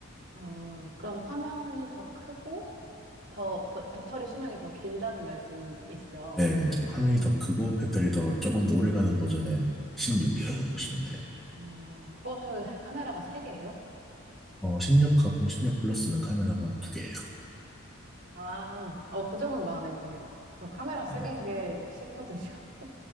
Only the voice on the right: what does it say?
어, 그럼 화면이 더 크고 더 버- 배터리 수명이 더 길다는 말씀이시죠?
어, 그것도 카메라가 3개예요?
아, 어, 그 점은 마음에 드네요. 좀 카메라 3개인
게 싫거든요. <laughs>